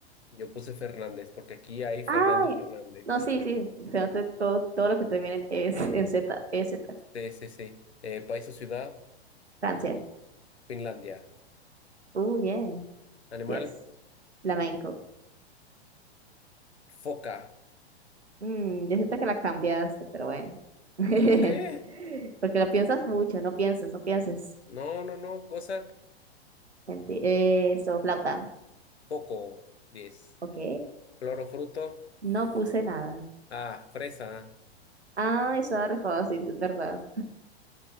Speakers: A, on the left; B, on the right.
A: yo puse Fernández, porque aquí
B: <laughs>
A: hay Fernando
B: Ay,
A: Fernández.
B: no, sí, sí, se nota todo, todo lo que termina en es en Z, E. EZ.
A: Sí, sí, sí. Eh, país o ciudad,
B: Francia.
A: Finlandia.
B: Uh, bien.
A: Animal,
B: Yes. Flamenco.
A: foca.
B: Mm, yo siento que la cambiaste, pero bueno. <laughs>
A: ¿Por qué?
B: Porque lo piensas mucho, no pienses, no pienses.
A: No, no, no, cosa,
B: Menti- eh, Eso, flauta.
A: foco, Diez.
B: Ok.
A: Clorofruto.
B: No puse nada.
A: Ah, fresa.
B: Ah, eso era re fácil, es verdad.